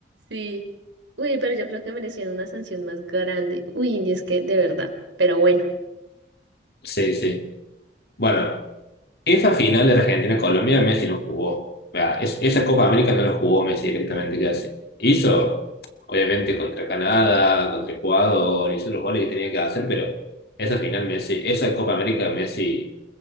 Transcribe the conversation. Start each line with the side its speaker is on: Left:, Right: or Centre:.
Right: Sí. Uy, pero yo creo que merecían una sanción más grande. Uy, y es que de verdad, pero bueno.
Left: Sí, sí. Bueno, Esa final de Argentina-Colombia Messi no jugó. O sea, es- esa Copa América no la jugó Messi directamente casi. Hizo, obviamente, contra Canadá, contra Ecuador, hizo los goles que tenía que hacer, pero esa final Messi, esa Copa América Messi